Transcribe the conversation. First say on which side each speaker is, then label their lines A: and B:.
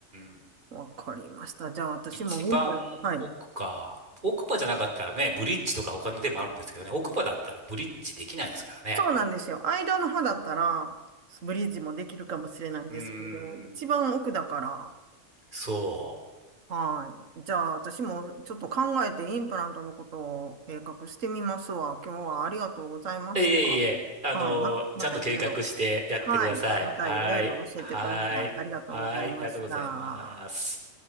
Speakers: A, on the right; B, on the right.
A: ん、
B: わかりました。じゃあ私も民法、
A: 一番奥か。
B: はい。
A: 奥歯じゃなかったらね、ブリッジとか他のでもあるんですけどね、奥歯だったらブリッジできないですからね。
B: そうなんですよ。間の歯だったら、ブリッジもできるかもしれないんですけど、
A: うーん、
B: 一番奥だから、
A: そ
B: はい。じゃあ私もちょっと考えてインプラントのことを計画してみますわ。今日はありがとうございました。
A: う。いえいえ、あの、
B: はい。ま、またいろいろ。
A: ちゃんと計画してやってください。
B: はい。またいろいろ教えてください。
A: はい。はい。
B: ありがとうございました。
A: はい。ありがとうございます。